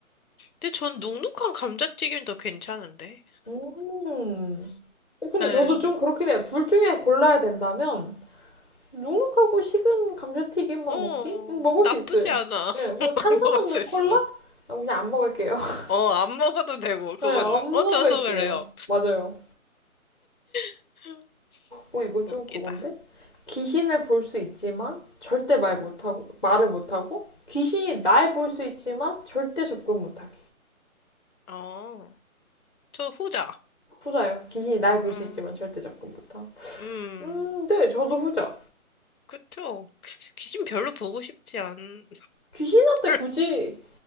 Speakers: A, on the left (about 85°); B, on the left (about 40°).
A: 근데 전 눅눅한 감자튀김도 괜찮은데.
B: 음. 어, 근데
A: 네.
B: 저도 좀 그렇긴 해요. 둘 중에 골라야 된다면, 눅눅하고 식은 감자튀김만
A: 어,
B: 먹기? 음, 먹을
A: 나쁘지
B: 수 있어요.
A: 않아.
B: 네, 그냥
A: <laughs>
B: 탄산
A: 먹을
B: 없는
A: 수 있어.
B: 콜라? 아, 그냥 안 먹을게요. <laughs>
A: 어, 안 먹어도 되고, 그거는.
B: 네, 안
A: 어,
B: 먹을게요.
A: 저도 그래요.
B: 맞아요.
A: <laughs>
B: 어, 이거
A: 웃기다.
B: 좀 그건데? 귀신을 볼 수 있지만 절대 말 못하고, 말을 못하고, 귀신이 날 볼 수 있지만 절대 접근 못하게.
A: 어, 저 후자.
B: 후자요. 귀신이 날 볼 수
A: 음,
B: 있지만 절대 접근 못함.
A: 음.
B: 음, 네, 저도 후자.
A: 그쵸? 귀신 별로 보고 싶지 않,
B: 귀신한테
A: <laughs>
B: 굳이